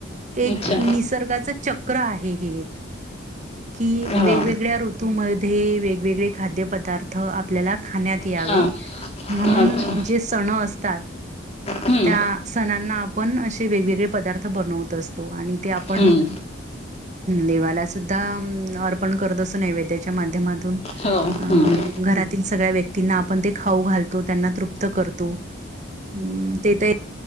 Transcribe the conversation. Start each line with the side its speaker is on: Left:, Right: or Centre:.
Right: एक
Left: अच्छा
Right: निसर्गाच, चक्र आहे हे एक. कि वेगवेगळ्या
Left: हो
Right: ऋतूमध्ये वेगवेगळे, खाद्यपदार्थ आपल्याला खाण्यात. यावे
Left: हा
Right: म्हणून
Left: अच्छा
Right: जे सण असतात.
Left: हम्म
Right: त्या सणांना आपण, असे वेगवेगळे पदार्थ. बनवत असतो आणि ते आपण.
Left: हम्म
Right: देवाला सुद्धा अर्पण करत, असून नैवेद्याच्या माध्यमातून.
Left: हो हम्म
Right: अं घरातील सगळ्या व्यक्तींना आपण ते खाऊ, घालतो त्यांना तृप्त करतो. हम्म ते तर